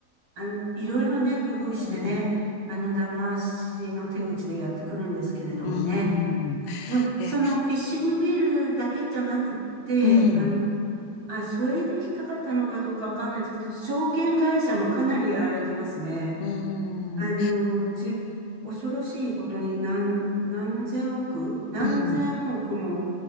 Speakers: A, on the right; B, on the left.
A: あの、いろいろね、工夫してね、
B: うん。
A: あの、騙しの手口でやってくるんですけれどもね。
B: <laughs> うーん。
A: まあ、
B: え、
A: そのフィッシングビールだけじゃなくって、
B: うん。
A: あの、あ、それで引っかかったのかどうかわかんないですけど、証券会社もかなりやられてますね。
B: うー
A: あの、
B: ん。
A: じ、恐ろしいことに何、何千億、何千億も
B: うん。